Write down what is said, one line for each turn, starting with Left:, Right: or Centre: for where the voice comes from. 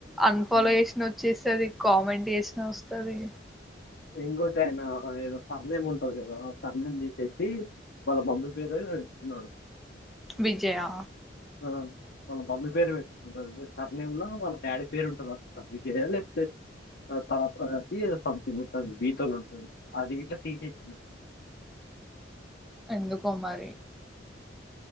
Centre: అన్ఫాలో
Left: ఆ,
Centre: చేసిన వచ్చేస్తుంది కామెంట్ వేసిన వస్తది
Left: ఇంకోటి ఆయనా ఏదో సర్నేమ్ ఉంటది కదా సర్నేమ్ తీసేసి వాళ్ళ మమ్మీ పేరొ ఎదో పెట్టుకున్నడు
Centre: విజయా
Left: కాదు వాళ్ళ మమ్మి పేరు పె సర్నేమ్ లో వాళ్ళ డాడీ పేరు ఉంటారు అ విజయ లేప్తే త ద సథంగ్ ఉ <unintelligible> అది బీతోనే ఉంటుంది అది ఇట్లా తీసేస్తున్నాం
Centre: ఎందుకో మరి